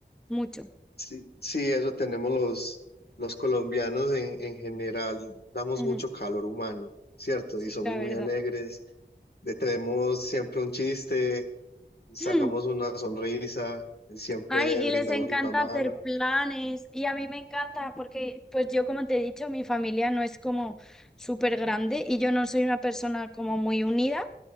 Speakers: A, in the centre; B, on the left.
A: mucho.
B: Sí, sí, eso tenemos los, los colombianos en, en general, damos
A: Ujú,
B: mucho calor humano, ¿cierto?
A: Sí,
B: Y somos
A: la
B: muy
A: verdad.
B: alegres, le tenemos siempre un chiste, sacamos
A: <clears throat>
B: una sonrisa, siempre
A: Ay, y
B: brindamos
A: les encanta
B: la mano.
A: hacer planes y a mí me encanta porque, pues yo como te he dicho, mi familia no es como súper grande y yo no soy una persona como muy unida,